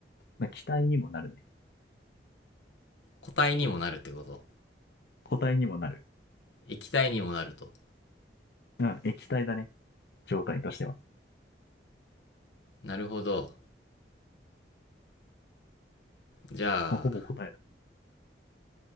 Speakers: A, on the left; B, on the left.
A: まあ、気体にもなるね。
B: 固体にもなるってこと
A: 固体にもなる。
B: 液体にもなると。
A: うん、液体だね。状態としては。
B: なるほど。じゃあ、
A: まあ、ほぼ答えだ。